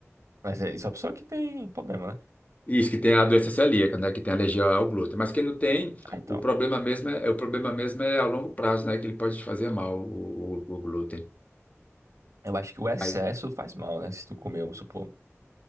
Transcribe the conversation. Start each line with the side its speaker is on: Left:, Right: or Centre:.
Right: Mas é isso é a pessoa que tem problema, né?
Left: Isso, que tem a doença celíaca, né? Que tem alergia ao glúten. Mas quem não tem,
Right: Ah, então,
Left: o problema mesmo é, o problema mesmo é a longo prazo, né? Que ele pode te fazer mal, o, o, o glúten.
Right: eu acho que o excesso
Left: Mas,
Right: faz mal, né? Se tu comer, vamos supor,